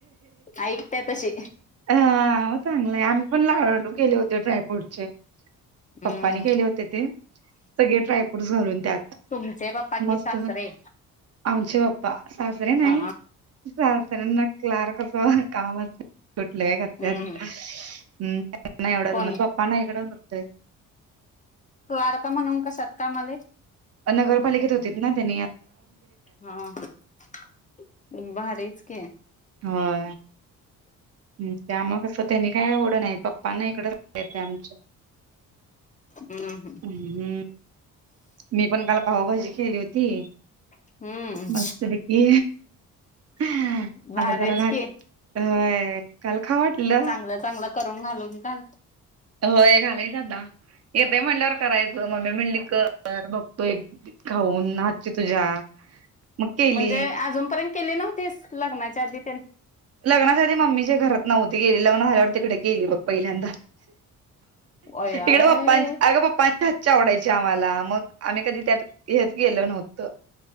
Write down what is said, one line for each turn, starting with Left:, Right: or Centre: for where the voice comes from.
Left: ऐकत्या तशी
Right: हं. चांगलंय. आम- - म्ही पण लाडू केले होते ड्रायफ्रूटचे.
Left: हम्म
Right: पप्पानी केले होते ते. सगळे डायफ्रूटस घालून त्यात.
Left: तुमचे पप्पा
Right: मस्त
Left: की सासरे?
Right: आमचे पप्पा. सासरे नाही.
Left: हा
Right: सासऱ्यांना क्लार्क अस काम अस - कुठल हे करतात.
Left: हम्म
Right: हं. त्यांना नाही एवढं
Left: कोण
Right: जमत. पप्पा माझ्याकडचं <unintelligible>
Left: क्लार्क म्हणून कशात कामालाहेत?
Right: नगरपालिकेत होते ना? त्यानी-
Left: हा. हा. भारीच की.
Right: हा. हम्. त्यामूळ कस? त्यांनी काय एवढं हे नाही. पप्पांना इकडेत <unintelligible> आमच्या.
Left: हम्म हम.
Right: हम्म. मी पण काल पावभाजी केली होती.
Left: हम्म हम्म
Right: मस्त पैकी. आता <unintelligible>
Left: भारीच की
Right: व्हय काल खाव वाटलं.
Left: चांगल - करून घालून घालत-
Right: होय. घालायच आता. येतय म्हणल्यावर करायचं मम्मी म्हणली कर कर बघतो एक- खाऊन हातची तुझ्या. मग केली
Left: म्हणजे अजून पर्यंत केली नव्हतीस? लग्नाच्या आधी तेन?
Right: लग्नाच्याआधी मम्मी च्या घरात नव्हती केली. लग्न झाल्यावर तिकडे केली बघ पहिल्यांदा.
Left: अय अय
Right: इकडं पप्प, अगं पप्पांच्या हातची आवडायची आम्हाला. मग आम्ही कधी त्यात- हेच केलं नव्हत.